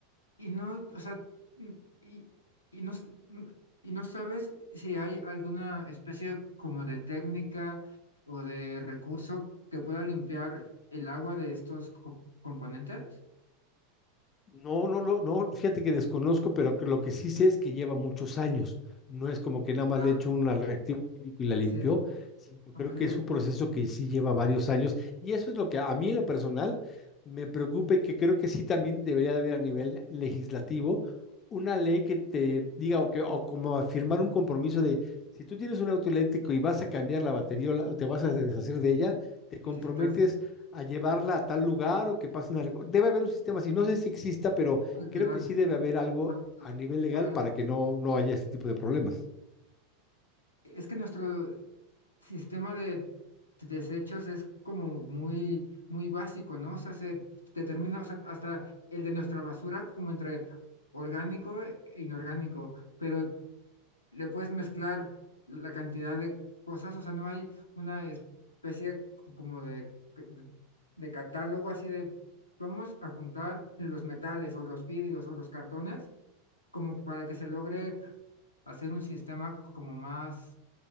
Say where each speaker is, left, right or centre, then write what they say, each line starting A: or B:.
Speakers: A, on the left; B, on the left.
A: Y no, o sea, mm, y, y no, s- mm, y no sabes si hay alguna especie como de técnica o de recurso que pueda limpiar el agua de estos co- componentes.
B: No, no, no, no, fíjate que desconozco, pero que lo que sí sé es que lleva muchos años. No es como que nada más
A: Claro,
B: le echó un reactivo químico y la
A: así.
B: limpió. Sí, yo
A: Ok,
B: creo que es un proceso que sí lleva varios años. Y eso es lo que a mí en lo personal me preocupa y que creo que sí también debería de haber a nivel legislativo una ley que te diga o, que, o como afirmar un compromiso de si tú tienes un auto eléctrico y vas a cambiar la batería o la- o te vas a deshacer de ella, te
A: necesitas
B: comprometes a llevarla a tal lugar o que pasen a... reco- Debe haber un sistema así, no sé si exista, pero
A: agregar.
B: creo que sí debe haber algo
A: Exacto.
B: a nivel legal
A: Wow.
B: para que no, no haya este tipo de problemas.
A: Es que nuestro sistema de desechos es como muy, muy básico, ¿no? O sea, se determina, o sea, hasta el de nuestra basura como entre orgánico e inorgánico, pero le puedes mezclar la cantidad de cosas, o sea, no hay una especie co- como de, de catálogo así de, vamos a juntar los metales o los vidrios o los cartones como para que se logre hacer un sistema c- como más